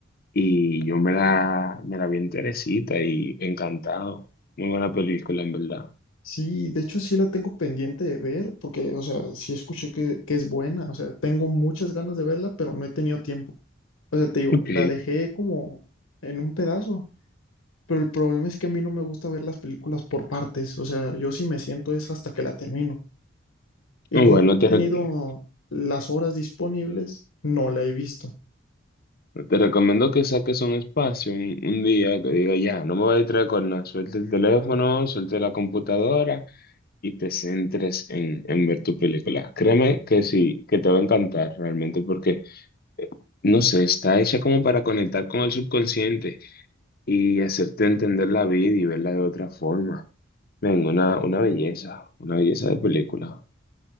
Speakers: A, on the left (about 50°); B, on the left (about 80°).
A: Y yo me la, me la vi enterecita y encantado. Muy buena película, en verdad.
B: Sí, de hecho sí la tengo pendiente de ver, porque, o sea, sí escuché que, que es buena, o sea, tengo muchas ganas de verla, pero no he tenido tiempo. O sea, te digo,
A: Ok.
B: la dejé como en un pedazo, pero el problema es que a mí no me gusta ver las películas por partes, o sea, yo sí me siento es hasta que la termino. Y
A: No,
B: como
A: Bueno,
B: no
A: te,
B: he tenido
A: re-
B: las horas disponibles, no la he visto.
A: te recomiendo que saques un espacio, un, un día que diga ya, no me voy a distraer con nada. Suelte el teléfono, suelte la computadora y te centres en, en ver tu película. Créeme que sí, que te va a encantar realmente porque no sé, está hecha como para conectar con el subconsciente y hacerte entender la vida y verla de otra forma. Venga, una, una belleza, una belleza de película.